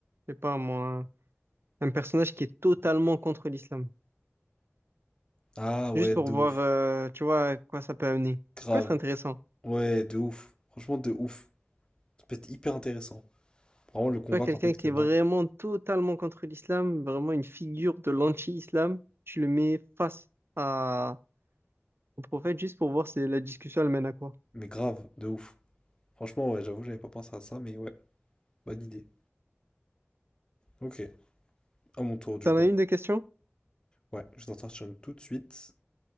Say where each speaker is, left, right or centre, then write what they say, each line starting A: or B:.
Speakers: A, on the right (about 55°); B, on the left (about 20°).
A: je sais pas moi, un personnage qui est totalement contre l'islam.
B: Ah ouais,
A: Juste
B: de
A: pour voir,
B: ouf.
A: euh, tu vois, à quoi ça peut amener.
B: Grave.
A: Ça peut être intéressant. Tu
B: Ouais, de ouf. Franchement, de ouf. Ça peut être hyper intéressant. Vraiment le convaincre
A: vois, quelqu'un
B: en fait
A: qui
B: que non.
A: est vraiment totalement contre l'islam, vraiment une figure de l'anti-islam, tu le mets face à, au prophète juste pour voir si la discussion elle mène à quoi.
B: Mais grave, de ouf. Franchement, ouais, j'avoue, j'avais pas pensé à ça, mais ouais, bonne idée. Ok, à mon tour du
A: T'en
B: coup.
A: as une des questions?
B: Ouais, je t'en sortir une tout de suite.